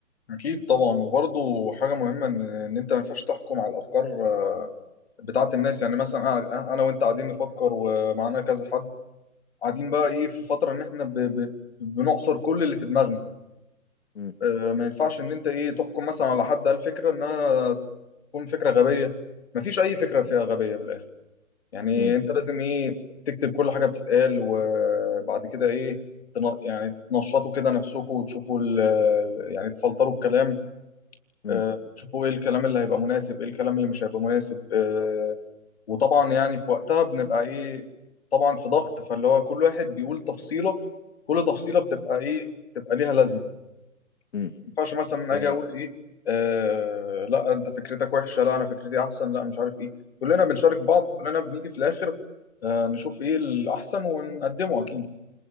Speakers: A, on the left (about 50°); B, on the left (about 60°).
A: أكيد طبعا وبرضه حاجة مهمة إن إن أنت ما ينفعش تحكم على الأفكار آه، بتاعة الناس يعني مثلا قاعد- أنا وأنت قاعدين نفكر ومعانا كذا حد قاعدين بقى إيه في فترة إن إحنا ب- ب- بنعصر كل اللي في دماغنا
B: امم
A: آه، ما ينفعش إن أنت إيه تحكم مثلا على حد قال فكرة إنها تكون فكرة غبية مفيش أي فكرة فيها غبية من الآخر يعني
B: امم
A: أنت لازم إيه تكتب كل حاجة بتتقال وبعد كده إيه تن- يعني تنشطوا كده نفسكم وتشوفوا ال يعني تفلتروا الكلام
B: امم
A: آه، تشوفوا إيه الكلام اللي هيبقى مناسب إيه الكلام اللي مش هيبقى مناسب آه، وطبعا يعني في وقتها بنبقى إيه طبعا في ضغط فاللي هو كل واحد بيقول تفصيلة كل تفصيلة بتبقى إيه بتبقى ليها لازمة
B: امم
A: ينفعش مثلا
B: هي
A: اجي اقول ايه آه لا انت فكرتك وحشه لا انا فكرتي احسن لا مش عارف ايه كلنا بنشارك بعض كلنا بنيجي في الاخر آه نشوف ايه الاحسن ونقدمه اكيد